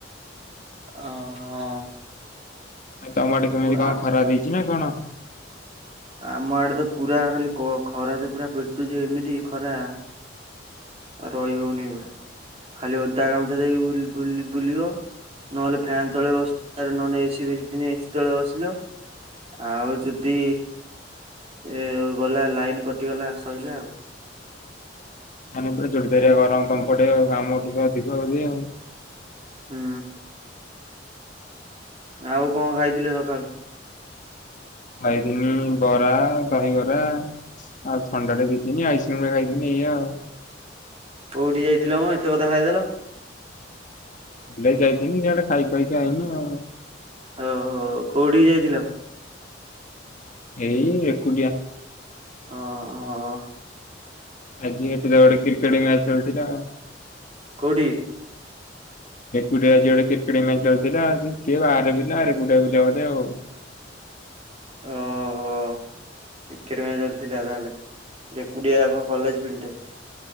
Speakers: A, on the right; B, on the left.
A: ହ <unintelligible>
B: ଆ ତମ ଆଡେକେମିତି କଣ
A: ଆ
B: ଖରାହେଇଛି ନା କଣ?
A: ଆମ ଆଡେ ତ ପୁରା ଖାଲି ଖରା ତ ପୁରା ପେଟୁଛି ଏମିତି ଖରା। ଉ ରହି ହଉନି ପରା ଖାଲି ଓଦା ଗାମୁଛା ଦେଇକି ବୁଲି ବୁଲିବ ନହେଲେ ଫ୍ୟାନ ତଳେ ବସିଲ ନହେଲେ ଏସିି ବେଶ ଏସି ତଳେ ବସିଲ। ଆଉ ଯଦି ଏ ଗଲା ଲାଇନ କଟିଗଲା ସରିଲା ଆଉ।
B: ମାନେ ପୁରା ଜର ଧାରିଆଗରମ
A: ଏ
B: ତମପଟେ ଆଉ ଆମଠୁ ଅଧିକ ହଉଛି ଆଉ।
A: ହୁଁ। ଆଉ କଣ ଖାଇଥିଲେ ସକାଳୁ
B: ବାଇଗଣି ବରା ଦହିବରା ଆଉ ଥଣ୍ଡା ଟେ ଦେଇ ନି ଆଇସ୍କ୍ରିମ ରେ ଖାଇଦିନି ଏୟା ଆଉ <unintelligible>
A: କୋଉଠି ଯାଇଥିଲ ମେ ଏତେ କଥା ଖାଇଦେଲ।
B: ବିଲେଇ ଯାଇଥିଲି ଇଆଡେ ଖାଇ ଖାଇକା ଆଇଲି ଆଉ।
A: ଓହୋ କୋଉଠି ଯାଇଥିଲ।
B: ଏଇ ଏକୁଟିଆ
A: ଓ ହ।
B: ଆଜି ସେଠି ତ ଗୋଟେ କ୍ରିକେଟ ମ୍ୟାଚ ହେଉଥିଲା।
A: କଉଠି?
B: ଏଗୁଡା କ୍ରିକେଟମେଚ ହେଉଥିଲା ଆ ବିଲା ଆ ବିଲା ଆଉ
A: ଓହୋ କ୍ରିକେଟ ମଚ ହେଉଥିଲା ତାହେଲେ ଏକୁଟିଆ। କ କଲେଜ ବିଲ୍ଡଟିଏ।